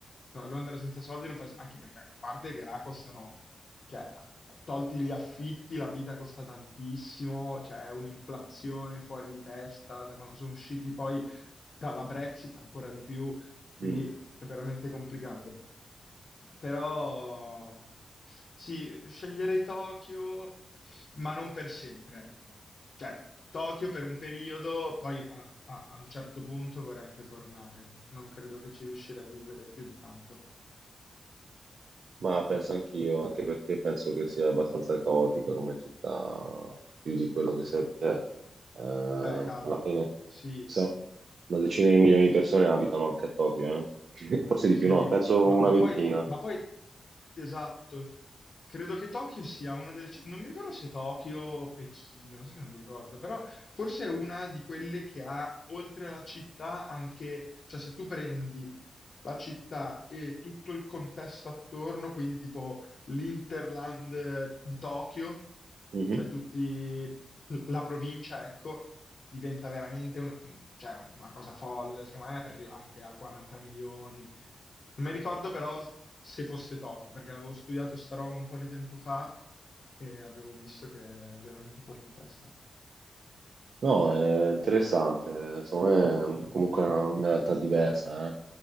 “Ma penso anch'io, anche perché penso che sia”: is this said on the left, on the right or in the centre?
Right